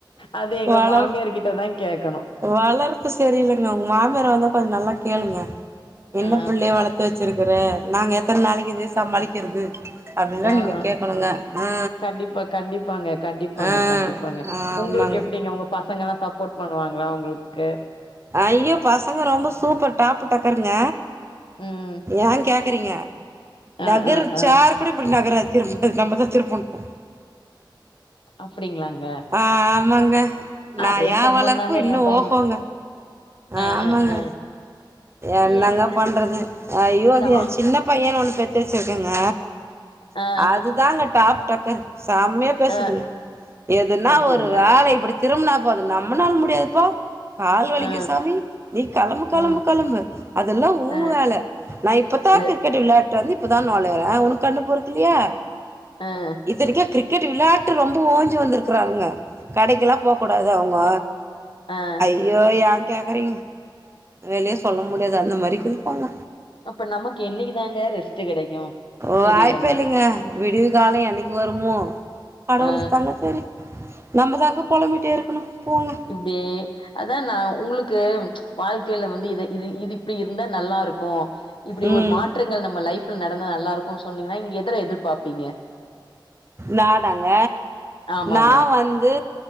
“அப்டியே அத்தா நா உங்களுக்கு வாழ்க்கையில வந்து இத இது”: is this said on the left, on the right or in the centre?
Left